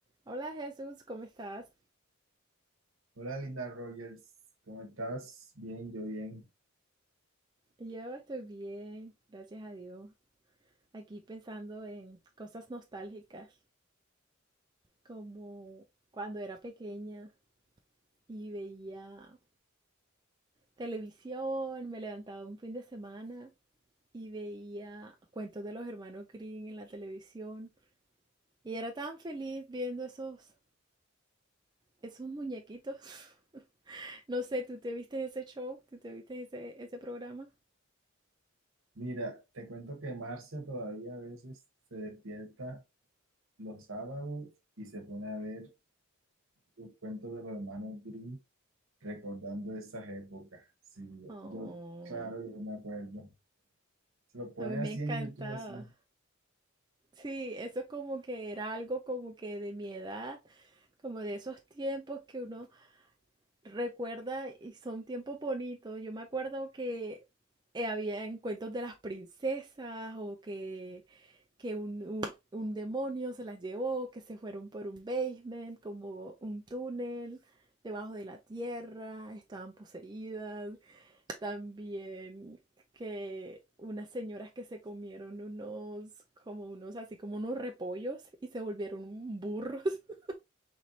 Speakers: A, on the right; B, on the right.
A: Hola Jesús, ¿cómo estás?
B: Hola Linda Rogers, ¿cómo estás? Bien, yo bien.
A: Yo estoy bien, gracias a Dios. Aquí pensando en cosas nostálgicas, como cuando era pequeña y veía televisión, me levantaba un fin de semana y veía cuentos de los hermanos Grimm en la televisión y era tan feliz viendo esos, esos muñequitos. <laughs> No sé, ¿tú te viste ese show? ¿Tú te viste ese, ese programa?
B: Mira, te cuento que Marcia todavía a veces se despierta los sábados y se pone a ver los cuentos de los hermanos Grimm recordando esas épocas. Sí, yo,
A: Oh,
B: yo, claro, yo me acuerdo. Se lo pone
A: a mí me
B: así
A: encantaba.
B: en YouTube, así.
A: Sí, eso como que era algo como que de mi edad, como de esos tiempos que uno recuerda y son tiempos bonitos. Yo me acuerdo que eh, había cuentos de las princesas o que, que un, un- un demonio se las llevó, que se fueron por un basement, como un túnel debajo de la tierra, estaban poseídas. También que unas señoras que se comieron unos, como unos, así como unos repollos y se volvieron burros. <laughs>